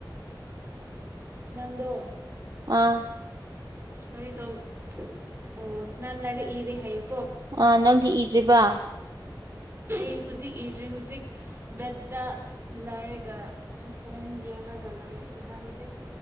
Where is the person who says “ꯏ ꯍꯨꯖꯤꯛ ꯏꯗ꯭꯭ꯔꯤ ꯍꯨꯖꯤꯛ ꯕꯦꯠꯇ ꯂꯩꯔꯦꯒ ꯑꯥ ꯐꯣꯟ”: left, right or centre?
Right